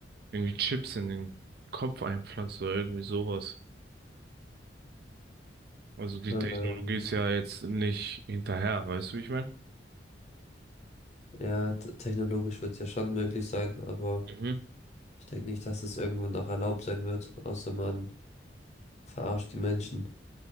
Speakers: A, on the right; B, on the left.
A: irgendwie Chips in den Kopf einpflanzt oder irgendwie sowas. Also die
B: Ähm,
A: Technologie ist ja jetzt nicht hinterher, weißt du, wie ich meine?
B: ja, t- technologisch wird es ja schon möglich sein, aber
A: Mhm.
B: ich denke nicht, dass es irgendwann auch erlaubt sein wird, außer man verarscht die Menschen.